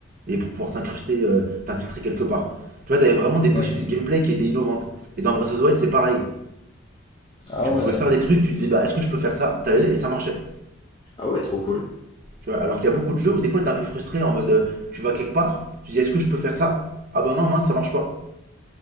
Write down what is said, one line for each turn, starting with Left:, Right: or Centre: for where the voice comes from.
Right: et pour pouvoir t'incruster, euh, t'infiltrer quelque part. Tu vois, t'avais vraiment des
Left: Ouais.
Right: possibilités de gameplay qui étaient innovantes. Et dans Breath of the Wild, c'est pareil.
Left: Ah
Right: Tu
Left: ouais.
Right: pouvais faire des trucs, tu disais, bah, est-ce que je peux faire ça T'allais et ça marchait.
Left: Ah ouais, trop cool.
Right: Tu vois, alors qu'il y a beaucoup de jeux où des fois t'es un peu frustré en mode, euh, tu vas quelque part, tu dis, est-ce que je peux faire ça Ah bah non, mince, ça marche pas.